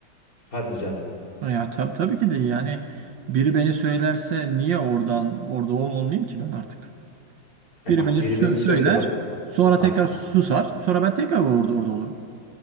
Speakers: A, on the left; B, on the right.
A: Hadi canım.
B: Ya tab tabii ki değil. Yani biri beni söylerse niye oradan orada ol- olmayayım ki ben artık?
A: E
B: Biri
A: bak
B: beni sö-
A: biri beni
B: söyler,
A: söyle bak
B: sonra
A: artık.
B: tekrar susar, sonra ben tekrar orada orada olurum.